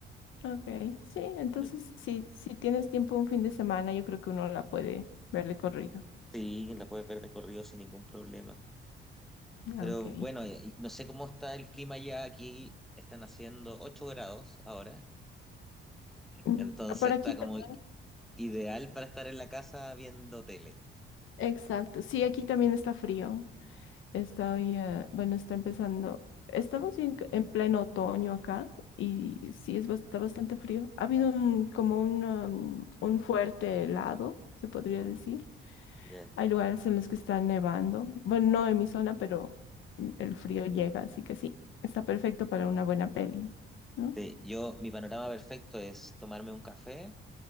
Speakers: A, on the left (about 80°); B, in the centre.
A: Ok, sí, entonces
B: No-
A: si, si tienes tiempo un fin de semana, yo creo que uno la puede ver de corrido.
B: Sí, la puedes ver de corrido sin ningún problema. Pero
A: Ah, Ok.
B: bueno, eh, y no sé cómo está el clima ya aquí. Están haciendo 8 grados ahora.
A: Mm,
B: Entonces
A: Por aquí
B: está
A: también.
B: como ideal para estar en la casa viendo tele.
A: Exacto, sí, aquí también está frío. Está, hoy, eh, bueno, está empezando. Estamos en, en pleno otoño acá y sí, es, bas- está bastante frío. Ha habido un, como un, um, un fuerte helado, se podría decir.
B: Ya.
A: Hay lugares en los que está nevando. Bueno, no en mi zona, pero mm, el frío llega, así que sí, está perfecto para una buena peli, ¿no?
B: Sí, yo, mi panorama perfecto es tomarme un café